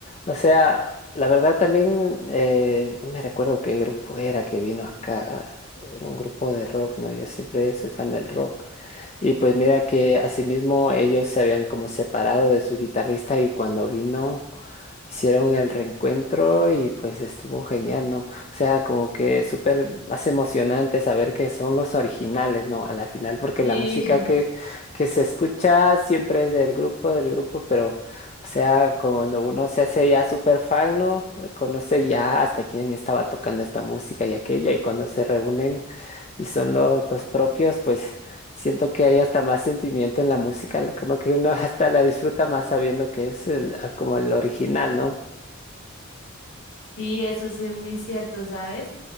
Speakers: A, on the left; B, on the left.
A: o sea, la verdad también, eh, no me recuerdo qué grupo era que vino acá, era un grupo de rock, ¿no? Yo siempre soy fan del rock. Y pues mira que asimismo ellos se habían como separado de su guitarrista y cuando vino hicieron el reencuentro y pues estuvo genial, ¿no? O sea, como que súper más emocionante saber que son los originales, ¿no? A la final, porque
B: sí,
A: la música que,
B: <laughs>
A: que se escucha siempre es del grupo, del grupo, pero, o sea, cuando uno se hace ya súper fan, ¿no? Conoce ya hasta quién estaba tocando esta música y aquella y cuando se reúnen y son los, los propios, pues siento que hay hasta más sentimiento en la música, la- como que uno <laughs> hasta la disfruta más sabiendo que es el- ah, como el original, ¿no?
B: Sí, eso sí es muy cierto, ¿sabes?